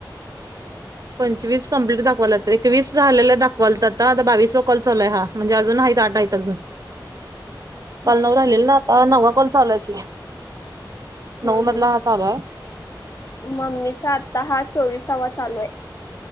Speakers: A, on the right (about 50°); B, on the left (about 40°).
A: पंचवीस कम्प्लीट दाखवावलात, एकवीस झालेला दाखवालातात, आता बावीस वा कॉल चालूय हा. म्हणजे अजून आहेत, आठ आहेत, अजून. काल
B: हा हा.
A: नऊ राहिलेल ना आता, नववा कॉल चालूय की,
B: हम्म
A: नऊ मधला
B: हम्म
A: हा चालूये.
B: मम्मीचा आत्ता हा, चोवीसावा चालू ये.